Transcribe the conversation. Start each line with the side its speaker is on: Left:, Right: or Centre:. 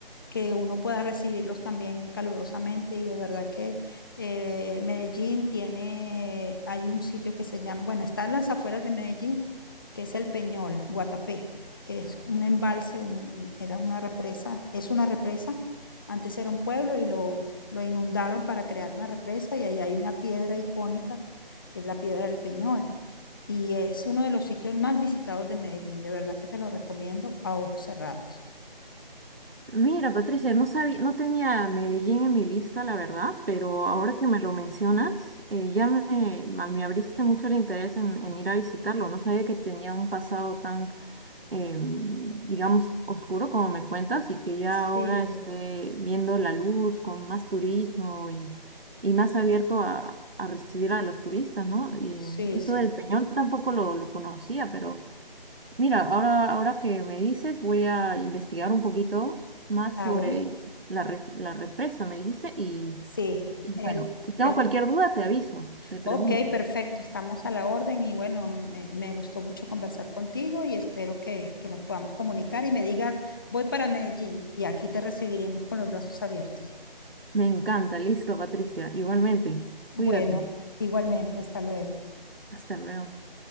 Left: que uno pueda recibirlos también calurosamente y de verdad que eh, Medellín tiene, hay un sitio que se llama, bueno, está en las afueras de Medellín, que es el Peñol, Guatapé, que es un embalse, un- era una represa, es una represa, antes era un pueblo y lo, lo inundaron para crear una represa y ahí hay una piedra icónica, que es la piedra del Peñol. Y es uno de los sitios más visitados de Medellín, de verdad que te lo recomiendo a ojos cerrados.
Right: Mira, Patricia, no sabía, no tenía Medellín en mi lista, la verdad, pero ahora que me lo mencionas, eh, ya me, ma- me abriste mucho el interés en, en ir a visitarlo. No sabía que tenía un pasado tan, em, digamos, oscuro como me cuentas y que ya
Left: Sí.
Right: ahora esté viendo la luz con más turismo y, y más abierto a, a recibir a los turistas, ¿no? Y,
Left: Sí,
Right: eh, eso
Left: sí,
Right: del
Left: sí,
Right: Peñol tampoco lo, lo conocía, pero... Mira, ahora, ahora que me dices, voy a investigar un poquito más
Left: claro.
Right: sobre la, res- la represa, me dijiste, y,
Left: Sí,
Right: y
Left: el,
Right: bueno, si tengo
Left: el,
Right: cualquier duda, te aviso, te pregunto.
Left: ok, perfecto, estamos a la orden y bueno, me, me gustó mucho conversar contigo y espero que, que nos podamos comunicar y me digas, voy para Medellín y aquí te recibiremos con los brazos abiertos.
Right: Me encanta, listo, Patricia, igualmente,
Left: Bueno,
Right: cuídate,
Left: igualmente, hasta luego.
Right: hasta luego.